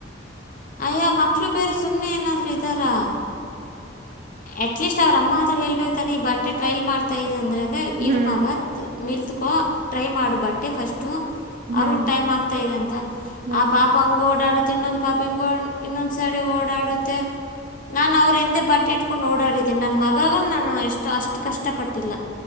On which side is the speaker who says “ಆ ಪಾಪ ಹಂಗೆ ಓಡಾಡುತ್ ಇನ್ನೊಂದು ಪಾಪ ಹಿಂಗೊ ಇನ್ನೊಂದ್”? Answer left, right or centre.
Left